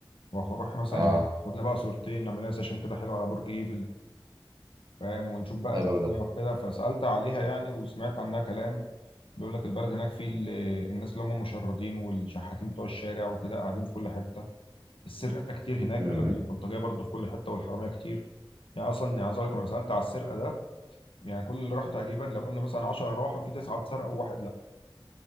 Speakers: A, on the left; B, on the right.
A: واروح مثلا
B: اه
A: هناك خدنا بقى صورتين نعملها سيشن كده حلو على برج ايفل فاهم ونشوف بقى
B: حلو
A: الدنيا
B: ده
A: وكده فسالت عليها يعني وسمعت عنها كلام بيقول لك البلد هناك فيه ال- الناس اللي هم المشردين والشحاتين بتوع الشارع وكده قاعدين في كل حته السرقه كتير هناك
B: امم
A: بيقول لك البلطجيه برضه في كل حته والحراميه كتير يعني اصلا يعني عايز اقول لك لما سالت على السرقه ده يعني كل اللي راحوا تقريبا لو قلنا مثلا 10 راحوا في تسعه اتسرقوا وواحد لا